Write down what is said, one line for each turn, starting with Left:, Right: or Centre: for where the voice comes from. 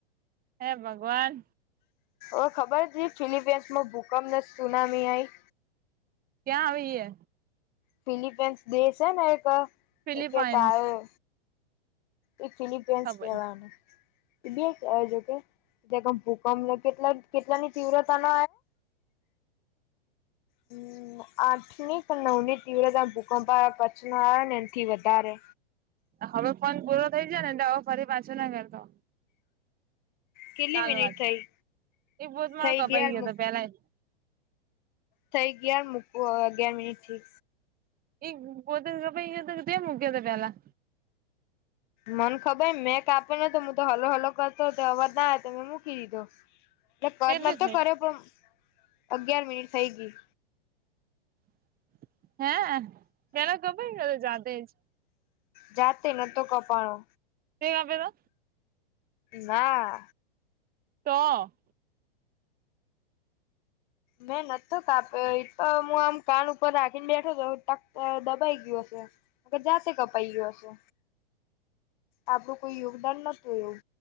Right: હે ભગવાન
Left: ઓ ખબર છે ફિલીપિન્સમાં ભુ કમને સુનામી આઈ
Right: ક્યાં આવીએ
Left: ફિલિપિન્સ દેશ એને એક
Right: ફિલિપાઈન્સ
Left: એ કે કાય એ ફિલિપીન્સ
Right: ખબર
Left: કવાનું એ બી કજ કેમ ભૂકંપ કેટલા કેટલાની તીવ્રતા ન હમ્મ આઠ ની કે નવ ની તીવ્રતા ભૂકંપ પચનો આવે ને એથી વધારે
Right: હવે ફોન પૂરો થઈ જાય ને એ ફરી પાછો નહીં કરતો
Left: કેટલી
Right: ચાલ
Left: મિનિટ
Right: વાત
Left: થઈ
Right: એ <unintelligible>
Left: થઈ
Right: કપાઈ
Left: ગયા
Right: ગયો
Left: મુ
Right: હતો પેલા
Left: થઈ ગયા મૂક હવે અગિયાર મિનિટથી
Right: એ પોતેજ કપાઈ ગયો તો કે તે મુકીયો પેલા
Left: મને ખબર મેં કાપેલો ન હું તો હલો હલો કરતો હતો અવાજ ના આવે તો મેં મૂકી દીધો એટલે
Right: કેટલું
Left: કટ નતો
Right: છે
Left: કરે પણ અગયાર મિનિટ થઈ ગઈ
Right: <inaudible> હે પેલા કાપાય ગીયો તો જાતે જ
Left: જાતે નતો કપાણો
Right: તે કાપેલો
Left: ના
Right: તો
Left: મેં નત કાપ્યો એ તો હું આમ કાન ઉપર રાખીને બેઠો હતો ટક દબાઈ ગયો હશે જાતે કપાઈ ગયો હશે આપડું કોઈ યોગદાન નતું એવું